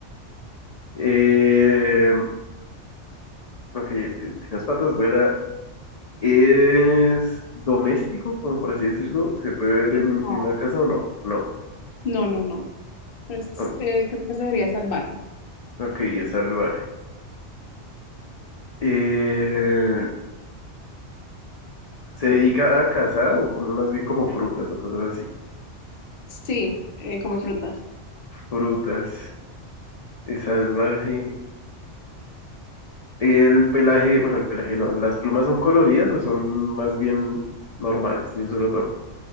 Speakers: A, on the left; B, on the left.
A: Eh, ok, ti- tiene dos patas, vuela. ¿Es doméstico, como por así decirlo? ¿Se puede ver en
B: No,
A: una casa o no? No.
B: no, no, no. Es,
A: O-
B: eh, creo que sería salvaje.
A: Ok, es salvaje. Eh, ¿se dedica a cazar o come más bien como frutas o cosas así?
B: Sí, eh, come frutas.
A: Frutas, es salvaje. El pelaje, bueno, el pelaje no, ¿las plumas son coloridas o son más bien normales, de un solo tono?